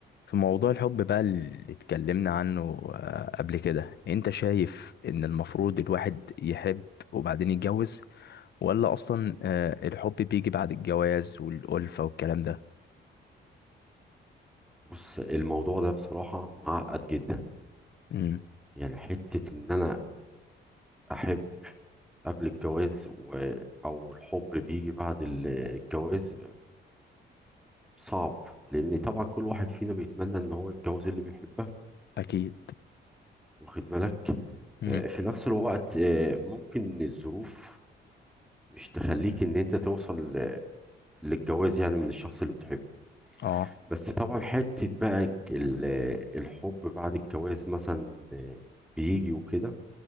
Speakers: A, on the left (about 60°); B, in the centre.
A: في موضوع الحب بقى اللي اتكلمنا عنه آه، قبل كده انت شايف ان المفروض الواحد يحب وبعدين يتجوز ولا اصلا آه، الحب بيجي بعد الجواز والألفة والكلام ده
B: بص الموضوع ده بصراحة معقد جدا
A: امم
B: يعني حتة ان انا احب قبل الجواز و... او الحب بيجي بعد ال- الجواز صعب لان طبعا كل واحد فينا بيتمنى ان هو يتجوز اللي بيحبها
A: اكيد
B: واخد بالك
A: امم
B: آه، في نفس الوقت آه، ممكن الظروف مش تخليك ان انت توصل ل- للجواز يعني من الشخص اللي بتحبه
A: اه
B: بس طبعا حتة بقى الج- ال- الحب بعد الجواز مثلا آه، بيجي وكده